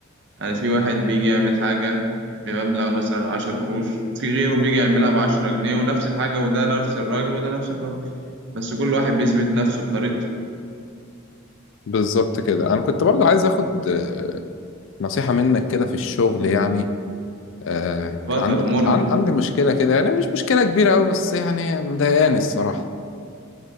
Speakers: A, on the right (about 60°); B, on the left (about 60°).
A: يعني في واحد بيجي يعمل حاجة بمبلغ مثلا 10 قروش وفي غيره بيجي يعملها بعشرة جنيه ونفس الحاجة وده نفس الراجل وده نفس الراجل بس كل واحد بيثبت نفسه بطريقته
B: بالظبط كده انا كنت برضو عايز اخد آه، نصيحة منك كده في الشغل يعني آه
A: اتفضل
B: عندي
A: امرني
B: عن- عندي مشكلة كده يعني مش مشكلة كبيرة قوي بس يعني مضايقاني الصراحة